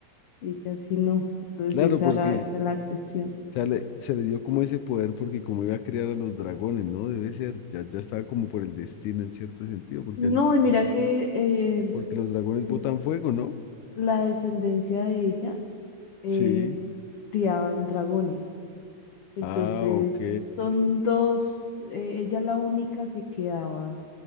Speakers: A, on the left; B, on the left.
A: ella sí no, entonces
B: Claro,
A: esa
B: porque
A: era, esa era la cuestión.
B: o sea, le- se le dio como ese poder porque como iba a criar a los dragones, ¿no? Debe ser, ya, ya estaba como por el destino en cierto sentido, porque
A: No,
B: así como
A: y mira
B: lo dices.
A: que eh,
B: Porque los dragones
A: pues,
B: botan fuego, ¿no?
A: la descendencia de ella eh,
B: Sí.
A: criaban dragones, entonces
B: Ah, ok.
A: son dos, eh, ella es la única que quedaba,